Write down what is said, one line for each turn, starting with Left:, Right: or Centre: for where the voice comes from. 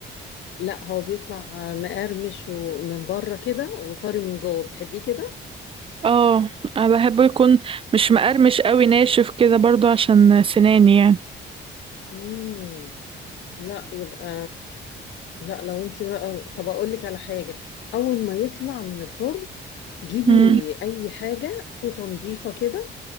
Left: لا هو بيطلع مقرمش ومن بره كده وطري من جوه بتحبيه كده
Right: اه انا بحبه يكون مش مقرمش قوي ناشف كده برضو عشان سناني يعني
Left: مم. لا يبقى لا لو انت بقى طب اقول لك على حاجة اول ما يطلع من الفرن جيبي
Right: مم.
Left: اي حاجة فوطة نظيفة كده